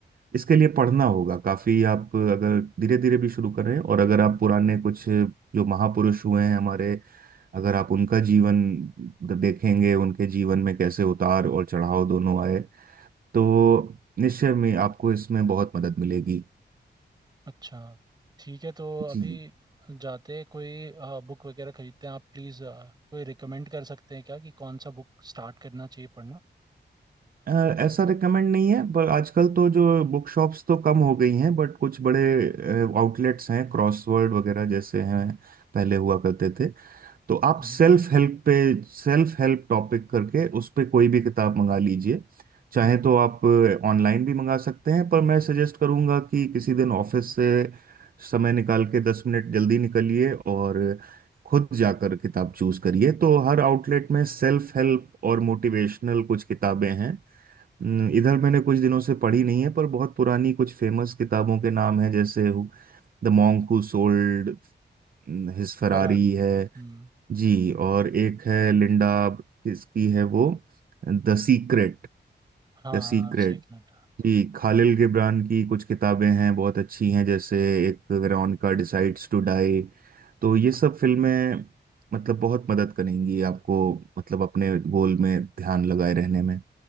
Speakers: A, on the right; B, on the right.
A: इसके लिए पढ़ना होगा काफी आप अगर धीरे धीरे भी शुरू करें और अगर आप पुराने कुछ जो महापुरुष हुए हैं हमारे अगर आप उनका जीवन देखेंगे उनके जीवन में कैसे उतार और चढ़ाव दोनों आए तो निश्चय में आपको इसमें बहुत मदद मिलेगी
B: अच्छा ठीक है तो
A: जी
B: अभी जाते कोई बुक वगैरह खरीदते हैं आप प्लीज़ कोई रिकमेंड कर सकते हैं क्या कि कौन सा बुक स्टार्ट करना चाहिए पढ़ना
A: अ, ऐसा रिकमेंड नहीं है पर आजकल तो जो बुक शॉप्स तो कम हो गई हैं बट कुछ बड़े आउटलेट्स हैं क्रॉसवर्ड वगैरह जैसे हैं पहले हुआ करते थे तो आप
B: हम्म
A: सेल्फ हेल्प पे सेल्फ हेल्प टॉपिक करके उस पे कोई भी किताब मंगा लीजिए चाहे
B: हम्म हम्म,
A: तो आप ऑनलाइन भी मंगा सकते हैं पर मैं सजेस्ट करूंगा कि किसी दिन ऑफिस से समय निकाल के दस मिनट जल्दी निकलिए और खुद जाकर किताब चूज करिए तो हर आउटलेट में सेल्फ हेल्प और मोटिवेशनल कुछ किताबें हैं न, इधर मैंने कुछ दिनों से पढ़ी नहीं है पर बहुत पुरानी कुछ फेमस किताबों के नाम हैं जैसे the monk who sold his Ferrari
B: फरारी
A: है
B: हम्म
A: जी और एक है लिंडा किसकी है वो द सीक्रेट
B: हाँ
A: The
B: हाँ
A: secret
B: सीक्रेट
A: जी खालिल गिबरान की कुछ किताबें हैं बहुत अच्छी हैं जैसे एक वेरोनिका डिसाइड्स टू डाई तो ये सब फिल्में मतलब बहुत मदद करेंगी आपको मतलब अपने गोल में ध्यान लगाए रहने में